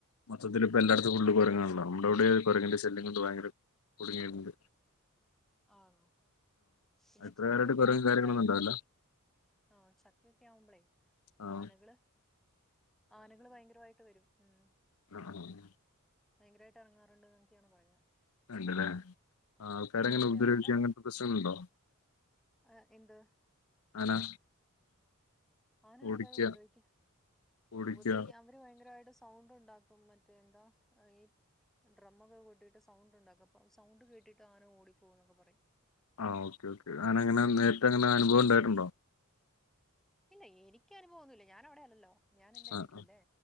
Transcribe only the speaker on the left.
മൊത്തത്തിലിപ്പ എല്ലാട്ത്തും ഫുള്ള് കൊര്ങ്ങാൺല്ലോ നംടെ ഇവ്ടേം കൊരങ്ങിന്റെ ശല്യം കൊണ്ട് ബൈങ്കര കുട്ങ്ങീട്ടിണ്ട്.
ഇത്ര
കാലമായിട്ട് കൊരങ്ങും
കാര്യങ്ങളൊന്നും
ഉണ്ടാവില്ല
ആഹ്
ആണോ ഉം.
ഉണ്ട്ല്ലേ ആൾക്കാരെങ്ങനെ
ഉപദ്രവിക്ക
അങ്ങൻത്തെ പ്രശ്നങ്ങളുണ്ടോ?
ആന.
ഓടിക്കുക
ഓടിക്കുക
ആഹ് ഓക്കെ ഓക്കെ ആനങ്ങെനെ നേര്ത്തെ അങ്ങനെ അനുഭവണ്ടായിട്ടുണ്ടോ?
ആഹ്
ആഹ്